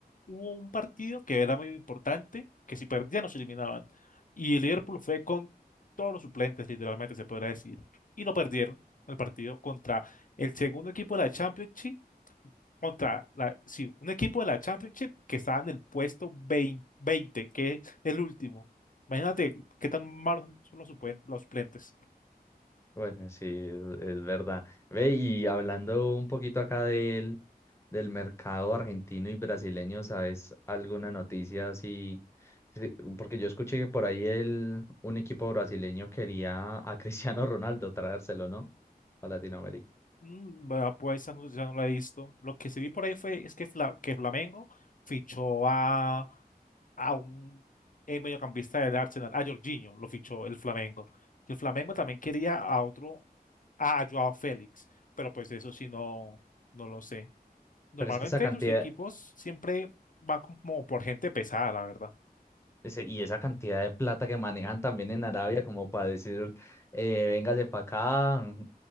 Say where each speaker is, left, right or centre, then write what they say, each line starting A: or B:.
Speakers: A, on the left; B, on the left.
A: hubo un partido que era muy importante, que si perdían nos eliminaban. Y el Liverpool fue con todos los suplentes, literalmente se podría decir. Y lo perdieron el partido contra el segundo equipo de la Championship, contra la, sí, un equipo de la Championship que estaba en el puesto 20, 20, que es el último. Imagínate qué tan malos son los suplen- los suplentes.
B: Bueno, sí, es, es verdad. Ve, y hablando un poquito acá del, del mercado argentino y brasileño, ¿sabes alguna noticia así? Sí, Porque yo escuché que por ahí el, un equipo brasileño quería a <laughs> Cristiano Ronaldo traérselo, ¿no? A Latinoamérica.
A: Mm, Bueno, pues esa no, ya no la he visto. Lo que sí vi por ahí fue es que, Fla- que Flamengo fichó a, a un eh, mediocampista del Arsenal, a Jorginho, lo fichó el Flamengo. Y el Flamengo también quería a otro, a Joao Félix, pero pues eso sí no, no lo sé. Normalmente
B: Pero es que esa cantidad,
A: esos equipos siempre van como por gente pesada, la verdad.
B: ese- y esa cantidad de plata que manejan también en Arabia, como para decir, eh, véngase para acá, mm,